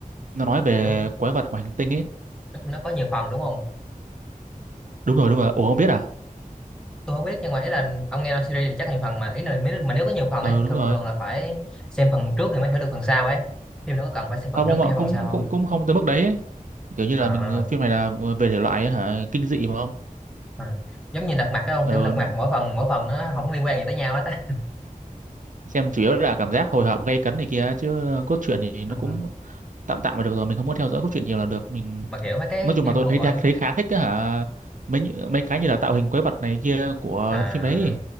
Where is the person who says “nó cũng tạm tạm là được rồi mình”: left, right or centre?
Right